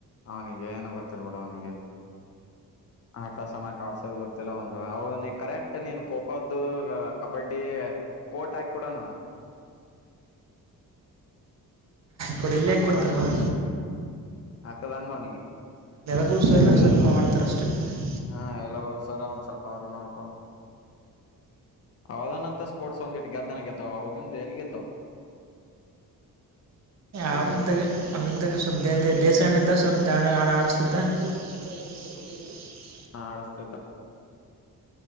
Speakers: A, on the left; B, on the right.
A: ಅವನಿಗೆ ಏನು ಗೊತ್ತಿಲ್ಲ ಬಿಡ್ ಅವನಿಗೆ ಆಟ ಸಮಯ ಆಡ್ಸೋದು ಗೊತ್ತಿಲ್ಲ ಒಂದು ಅವನ ಕರೆಕ್ಟ್ ನೀನ್ ಖೋ ಖೋದು ಕಬಡ್ಡಿ ಕೋಟ್ ಹಾಕಿ ಕೊಡಾನ ಅವನು
B: ಕೊಡು ಇಲ್ಲೇ
A: ಹಕದಾಂಗ
B: ಕೊಡ್ತಾನೆ ಮಗ
A: ಅವನಿಗೆ ಹಕದಂಗ ಅವನಿಗೆ
B: <unintelligible>
A: ಹಾ ಎಲ್ಲ ಸರ್ ಒಂದ್ ಸ್ವಲ್ಪ ಅವರು ನೋಡ್ ಅವದಾನಂತ ಸ್ಪೋರ್ಟ್ಸ್ ಒಂದಿಟ್ಟು ಗೆದ್ದನ ಗೆದ್ದಾವ ಅವಗಿಂದ ಎಲ್ಲಿ ಗೆದ್ದಾವ
B: ಅವ
A: ಈಗಂತ್ರ
B: ಇದಾಗೆ ಅವ ಇದಾಗೆ ಸ್ವಲ್ಪ್ ದಾನೆ ಆಡಿಸಿದ <unintelligible>
A: ಹಾ ಆಡಸ್ತಿದ